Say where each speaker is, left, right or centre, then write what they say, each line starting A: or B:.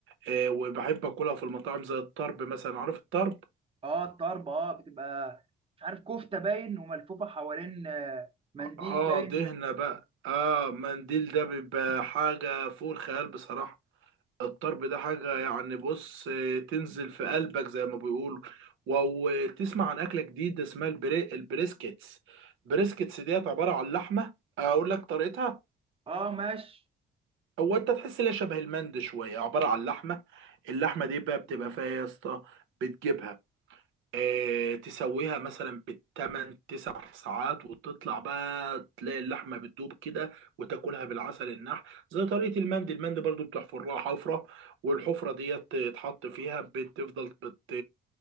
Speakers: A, on the right (about 85°); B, on the right (about 30°).
A: إيه وبحب اكلها في المطاعم زي الطرب مثلا عارف الطرب
B: اه الطرب اه بتبقى مش عارف كفته باين وملفوفه حوالين آه، منديل
A: اه
B: باين
A: دهنة بقى اه منديل ده بيبقى حاجة فوق الخيال بصراحة الطرب ده حاجة يعني بص إيه تنزل في قلبك زي ما بيقولوا و- وتسمع عن أكلة جديدة اسمها البري... البريسكيتس بريسكيتس ديت عبارة عن لحمة أقول لك طريقتها
B: اه ماشي
A: هو انت تحس ان هي شبه المند شويه عباره عن لحمه اللحمه دي بقى بتبقى فيها يا اسطى بتجيبها اه تسويها مثلا بالتمن تسع ساعات وتطلع بقى تلاقي اللحمه بتدوب كده وتاكلها بالعسل النحل زي طريقه المند المند برضو بتحفر لها حفره والحفره ديت تتحط فيها بتفضل بت